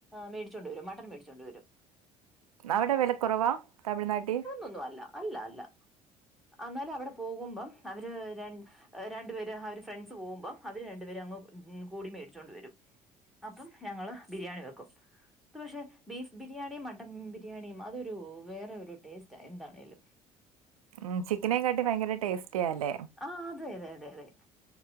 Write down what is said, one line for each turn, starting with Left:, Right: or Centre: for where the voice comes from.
Centre: മേടിച്ചോണ്ട് വരും മട്ടൻ മേടിച്ചോണ്ട് വരും
Right: അവിടെ വില കുറവാ തമഴ്നാട്ടി?
Centre: ന്നും അല്ല അല്ല അല്ല എന്നാലും അവിടെ പോകുമ്പം അവര് ര- രണ്ടുപേര് അവര് ഫ്രണ്ട്സ് പോകുമ്പം അവര് രണ്ടുപേര് അങ്ങ് കൂടി മേടിച്ചോണ്ട് വരും. അപ്പം ഞങ്ങള് ബിരിയാണി വെക്കും. ഇ പക്ഷെ ബീഫ് ബിരിയാണിയും മട്ടൻ ബിരിയാണിയും അതൊരു വേറെ ഒരു ടേസ്റ്റ് എന്താണേലും.
Right: ഉം ചിക്കന് കാട്ടി ഭയങ്കര ടേസ്റ്റിയല്ലേ?
Centre: ആഹ് അതെയതെയാതെതെ